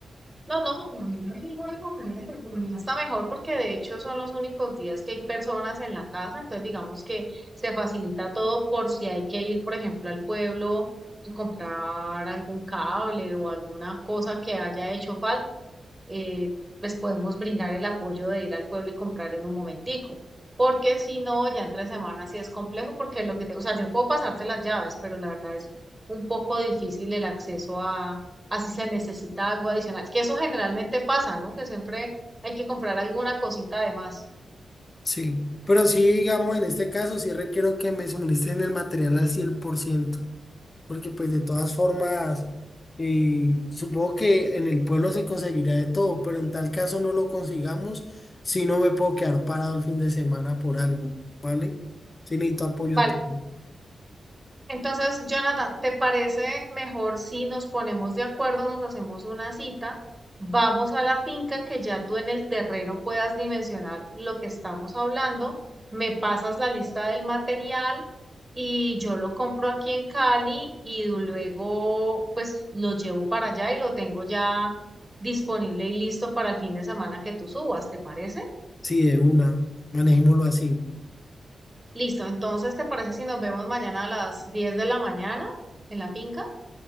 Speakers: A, on the right; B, on the left.
A: No, no, por mí no hay ninguna inconveniente, por mí está mejor porque de hecho son los únicos días que hay personas en la casa, entonces digamos que se facilita todo por si hay que ir, por ejemplo, al pueblo y comprar algún cable o alguna cosa que haya hecho falta. eh, pues podemos brindar el apoyo de ir al pueblo y comprar en un momentico. Porque si no, ya entre semanas sí es complejo, porque lo que te, o sea, yo puedo pasarte las llaves, pero la verdad es un poco difícil el acceso a, a si se necesita algo adicional, que eso generalmente pasa, ¿no? Que siempre hay que comprar alguna cosita además.
B: Sí, pero sí, digamos, en este caso sí requiero que me suministren el material al cien por ciento porque pues de todas formas, eh, supongo que en el pueblo se conseguirá de todo, pero en tal caso no lo consigamos, si no me puedo quedar parado el fin de semana por algo, ¿vale? Si necesito apoyo
A: Vale.
B: tuyo.
A: Entonces, Jonathan, ¿te parece mejor si nos ponemos de acuerdo, nos hacemos una cita, vamos a la finca que ya tú en el terreno puedas dimensionar lo que estamos hablando, me pasas la lista del material y yo lo compro aquí en Cali y luego pues lo llevo para allá y lo tengo ya disponible y listo para el fin de semana que tú subas, ¿te parece?
B: Sí, de una, manejémoslo así.
A: Listo, entonces, ¿te parece si nos vemos mañana a las 10 de la mañana en la finca?